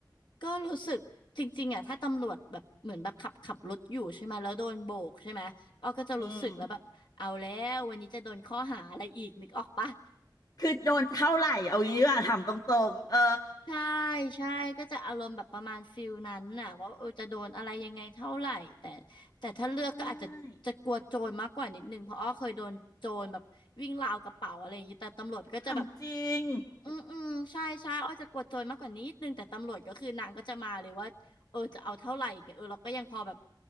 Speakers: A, on the left (about 75°); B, on the left (about 50°).
A: ก็รู้สึกจริงๆอ่ะถ้าตำรวจแบบเหมือนแบบขับขับรถอยู่ใช่ไหมแล้วโดนโบกใช่ไหมอ้อก็จะรู้สึกแล้วแบบเอาแล้ววันนี้จะโดนข้อหาอะไรอีกนึกออกปะ
B: อืมคือโดนเท่าไหร่เอางี้ดีกว่าถามตรงๆเออ
A: ใช่ใช่ก็จะอารมณ์แบบประมาณฟิลนั้นน่ะว่าเออจะโดนอะไรยังไงเท่าไหร่แต่แต่ถ้าเลือกก็อาจจะจะกลัวโจรมากกว่านิดนึงเพราะอ้อเคยโดนโจรแบบวิ่งราวกระเป๋าอะไรอย่างนี้แต่ตำรวจก็จะแบบ
B: ใช่ถามจริง
A: อืมอืมใช่ใช่อ้อยจะกดโจรมากกว่านี้นิดนึงแต่ตำรวจก็คือนางก็จะมาเลยว่าเออจะเอาเท่าไหร่อย่างเงี้ยเออเราก็ยังพอแบบ